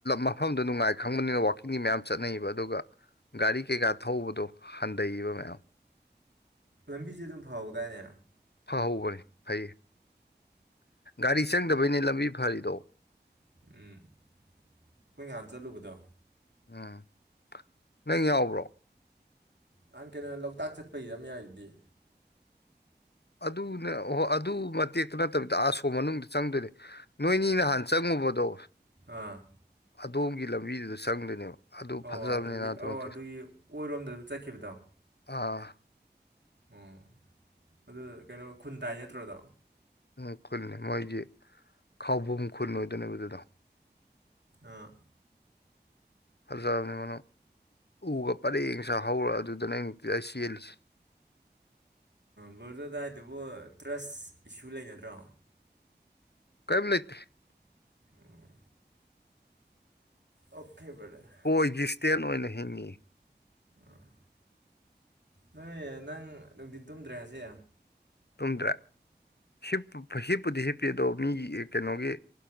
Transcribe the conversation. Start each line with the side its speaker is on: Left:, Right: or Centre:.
Left: ꯃꯐꯝꯗ ꯅꯨꯡꯉꯥꯏ ꯈꯪꯕꯅꯤꯅ ꯋꯥꯀꯤ ꯃꯌꯥꯝ ꯆꯠꯅꯩꯕ ꯑꯗꯨꯒ ꯒꯥꯔꯤ ꯀꯩꯀꯥ ꯊꯧꯕꯗꯣ ꯍꯟꯊꯩꯕ ꯃꯌꯥꯝ
Right: ꯂꯝꯕꯤꯁꯦ ꯑꯗꯨꯝ ꯐꯍꯧꯗꯥꯏꯅꯦ
Left: ꯐꯍꯈꯅꯤ ꯐꯩꯌꯦ ꯒꯥꯔꯤ ꯆꯪꯗꯕꯩꯅꯤ ꯂꯝꯕꯤ ꯐꯔꯤꯗꯣ
Right: ꯎꯝ ꯑꯩꯈꯣꯏ ꯉꯍꯥꯟ ꯆꯠꯂꯨꯕꯗꯣ
Left: ꯎꯝ ꯅꯪ ꯌꯥꯎꯕ꯭ꯔꯣ
Right: ꯅꯍꯥꯟ ꯀꯩꯅꯣ ꯂꯣꯛꯇꯥꯛ ꯆꯠꯄꯒꯤꯗ꫰ꯑꯃꯥ ꯌꯥꯎꯔꯤꯗꯨꯗꯤ
Left: ꯑꯗꯨꯅ ꯍꯣꯏ ꯑꯗꯨ ꯃꯇꯦꯛꯇ ꯅꯠꯇꯕꯤꯗ ꯑꯥꯁꯣ ꯃꯅꯨꯡꯗ ꯆꯪꯗꯣꯏꯅꯦ ꯅꯣꯏꯅꯤ ꯅꯍꯥꯟ ꯆꯪꯉꯨꯕꯗꯣ
Right: ꯑꯥ
Left: ꯑꯗꯣꯝꯒꯤ ꯂꯝꯕꯤꯗꯨꯗ ꯆꯪꯗꯣꯏꯅꯦꯕ ꯑꯗꯨ
Right: ꯑꯣ
Left: ꯐꯖꯕꯅꯤꯅ
Right: ꯑꯗꯨꯒꯤ
Left: ꯑꯗꯨ
Right: ꯑꯣ
Left: ꯃꯇꯦꯛ
Right: ꯑꯗꯨꯒꯤ ꯑꯣꯏꯔꯣꯝꯗ ꯑꯗꯨꯝ ꯆꯠꯈꯤꯕꯗꯣ
Left: ꯑꯥ
Right: ꯑꯣ ꯑꯗꯨ ꯀꯩꯅꯣ ꯈꯨꯟꯇꯥꯏ ꯅꯠꯇ꯭ꯔꯣꯗꯣ
Left: ꯎ ꯈꯨꯜꯅꯤ ꯃꯣꯏꯁ ꯈꯕꯝ ꯈꯨꯟ ꯑꯣꯏꯗꯣꯏꯅꯦꯕ ꯑꯗꯨꯗꯣ
Right: ꯑꯥ
Left: ꯐꯖꯕꯅꯤ ꯃꯅ ꯎꯒ ꯄꯔꯦꯡ ꯁꯥꯥ ꯍꯧꯔ ꯑꯗꯨꯗꯅ ꯑꯩꯅꯅꯨꯡꯛꯇꯤ ꯑꯩ ꯆꯦꯜꯂꯤꯁꯦ
Right: ꯕꯔꯗꯣꯗꯥꯏꯗꯨꯕꯨ ꯇ꯭ꯔꯁ ꯏꯁꯨ ꯂꯩꯅꯗ꯭ꯔꯣ
Left: ꯀꯩꯝ ꯂꯩꯇꯦ
Right: ꯑꯣ ꯑꯣꯀꯦ ꯕꯔꯣꯊꯦꯔ
Left: ꯄꯣꯏꯒꯤ ꯏꯁ꯭ꯇꯦꯟ ꯑꯣꯏꯅ ꯍꯤꯡꯏꯤ
Right: ꯑꯥ ꯅꯣꯏ ꯅꯪ ꯅꯨꯡꯊꯤꯟ ꯇꯨꯝꯗ꯭ꯔꯦ ꯍꯥꯏꯁꯦ
Left: ꯇꯨꯝꯗ꯭ꯔꯦ ꯍꯞꯄ ꯍꯤꯞꯄꯨꯗꯤ ꯍꯤꯞꯄꯤ ꯑꯗꯣ ꯃꯤꯒꯤ ꯀꯩꯅꯣꯒꯤ